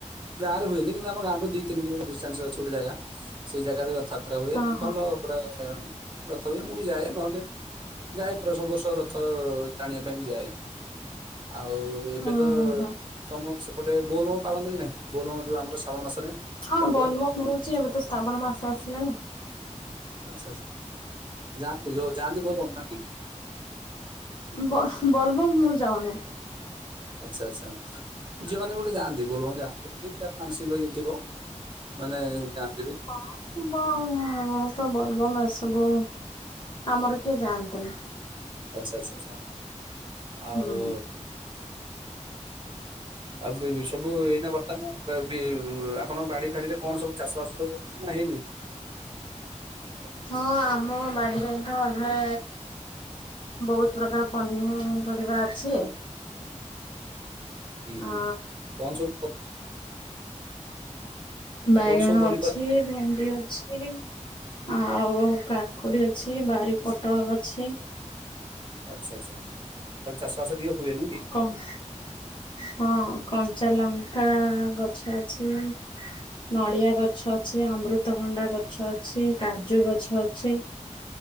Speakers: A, on the right (about 40°); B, on the left (about 40°).
A: ଗାଁରେ ହୁଏନି କିନ୍ତୁ ଆମ ଗାଁଠୁ ଦି ତିନ କିଲୋମିଟର ଡିଟାନ୍ସ ଅଛି ଗୋଟେ ଜାଗା ସେଇ ଜାଗାରେ ରଥଯାତ୍ରା ହୁଏ
B: ହଁ
A: ଭଲ
B: ହଁ
A: ପୁରା ରଥ ହୁଏ ମୁଁ ବି ଯାଏ ନହେଲେ ଯାଏ ପ୍ରାୟ ସବୁ ବର୍ଷ। ରଥ ଟାଣିବା ପାଇଁ ବି ଯାଏ ଆଉ ଏବେ
B: ହୁଁ
A: ତ
B: ହୁଁ ହୁଁ।
A: ତମର ସେପଟେ ବୋଲବମ ପାଳନ୍ତି କି ନାଇଁ ବୋଲବମ ଯୋଉ ଆମର ଶ୍ରାବଣ ମାସରେ?
B: ହଁ
A: କାଉଡିଆ
B: ବୋଲବମ ହଉଛି ଏବେ ତ ଶ୍ରାବଣ ମାସ ଆସିଲାଣି।
A: ଆଚ୍ଛା ଆଚ୍ଛା ଜାନ୍ତି ଜୋଉ ଜାନ୍ତି ବୋଲବମ ନା ନାଇଁ? ହୁଁ <inaudible>
B: ବ ବଲବମ ମୁଁ ଯାଉନି।
A: ଆଚ୍ଛା ଆଚ୍ଛା ଝିଅ ମାନେ ବି ଗୋଟେ ଯାଆନ୍ତି ବୋଲ ଯାନ୍ତି ଏମିତି ମାନସିକ ଇଏଥିବ। ମାନେ ଯାଆନ୍ତି ବି
B: କଣ ଥିବ ଉଃ ଆଉ ବୋଲବମ ଏସବୁ ଆମର କିଏ ଯାଆନ୍ତିନି?
A: ଆଛା ଆଛା ଆଛା ଆଉ
B: ହୁଁ
A: ଆଉ ସବୁ ଏଇନା ବର୍ତ୍ତମାନ ଆପଣଙ୍କ ବାଡି ଫାଡିରେ କଣ ସବୁ ଚାଷ ବାସ ସବୁ ହେଇଛି ନା ହେଇନି? <inaudible>
B: ହଁ ଆମ ବାଡିରେ ତ ଆମେ ବହୁତ ପ୍ରକାର ପନି ପନିପରିବା ଅଛି।
A: ହୁଁ ହୁଁ
B: ଅ
A: କଣ ସବୁ?
B: ବାଇଗଣ
A: କଣ ସବୁ ପନିପରିବା
B: ଅଛି
A: ଲଗେଇ-
B: ଭେଣ୍ଡି ଅଛି। ଆଉ କାକୁଡି ଅଛି ବାରି ପୋଟଳ ଅଛି।
A: ଆଚ୍ଛା ଆଚ୍ଛା ତାଲେ ଚାଷବାସ ଟିକେ ହୁଏନୁହଁ କି?
B: କଣ? ହଁ କଞ୍ଚା ଲଙ୍କା ଗଛ ଅଛି। ନଡ଼ିଆ ଗଛ ଅଛି ଅମୃତଭଣ୍ଡା ଗଛ ଅଛି କାଜୁ ଗଛ ଅଛି।